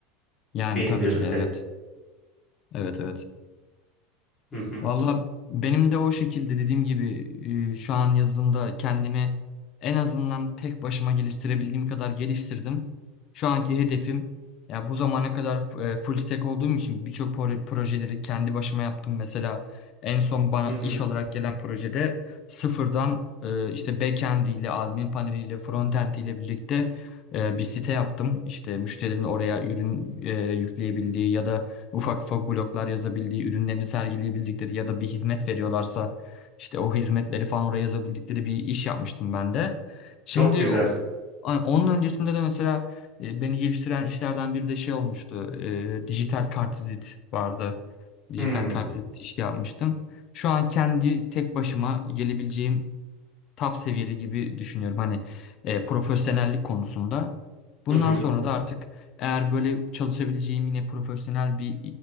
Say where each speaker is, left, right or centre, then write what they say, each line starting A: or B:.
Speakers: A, on the left; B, on the left.
A: Yani
B: benim
A: tabii
B: gözümde.
A: ki de evet. Evet evet.
B: Hı hı,
A: Valla benim de o şekilde dediğim gibi e, şu an yazılımda kendimi en azından tek başıma geliştirebildiğim kadar geliştirdim. Şu anki hedefim ya bu zamana kadar f- e, full stack olduğum için birçok pro- projeleri kendi başıma yaptım. Mesela en son bana
B: hı hı.
A: iş olarak gelen projede sıfırdan e, işte backend ile admin paneliyle frontend ile birlikte e, bir site yaptım. İşte müşterilerin oraya ürün e, yükleyebildiği ya da ufak ufak bloklar yazabildiği, ürünlerini sergileyebildikleri ya da bir hizmet veriyorlarsa işte o hizmetleri falan oraya yazabildikleri bir iş yapmıştım ben de. Şimdi
B: Çok güzel.
A: o- a- onun öncesinde de mesela e, beni geliştiren işlerden biri de şey olmuştu. E, dijital kartvizit vardı. Dijital
B: Hmm.
A: kartvizit işi yapmıştım. Şu an kendi tek başıma gelebileceğim top seviyede gibi düşünüyorum. Hani e, profesyonellik konusunda. Bundan
B: Hı hı,
A: sonra da artık eğer böyle çalışabileceğim yine profesyonel bir